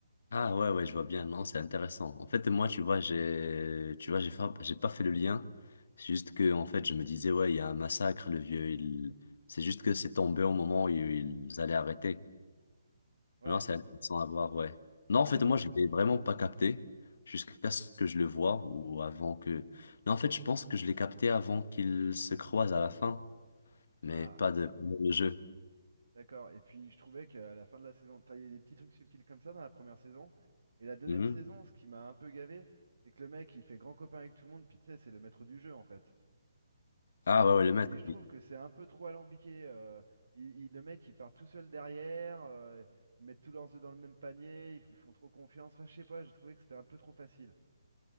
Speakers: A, on the left (about 60°); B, on the right (about 70°).
A: Ah ouais, ouais, je vois bien. Non, c'est intéressant. En fait, moi, tu vois, j'ai, tu vois, j'ai fa- j'ai pas fait le lien. C'est juste que, en fait, je me disais, ouais, il y a un massacre, le vieux, il... C'est juste que c'est tombé au moment où ils allaient arrêter.
B: Ouais.
A: Non, c'est intéressant à voir, ouais. Non, en fait,
B: Ouais, tu-
A: moi, je l'ai vraiment pas capté jusqu'à ce que je le vois ou avant que... Non, en fait, je pense que je l'ai capté avant qu'ils se croisent à la fin. mais
B: Ah.
A: pas de, de jeu.
B: D'accord. Et puis je trouvais qu'à la fin de la saison, enfin, il y a des petits trucs subtils comme ça dans la première saison. Et la deuxième
A: Mhm.
B: saison, ce qui m'a un peu gavé, c'est que le mec, il fait grand copain avec tout le monde, puis tu sais, c'est le maître du jeu en fait.
A: Ah
B: Et je trouve,
A: ouais, ouais, le maître.
B: et je trouve
A: il-
B: que c'est un peu trop alambiqué. euh, il- il- le mec, il part tout seul derrière, euh, ils mettent tous leurs œufs dans le même panier, ils lui font trop confiance. Enfin, je sais pas, j'ai trouvé que c'était un peu trop facile.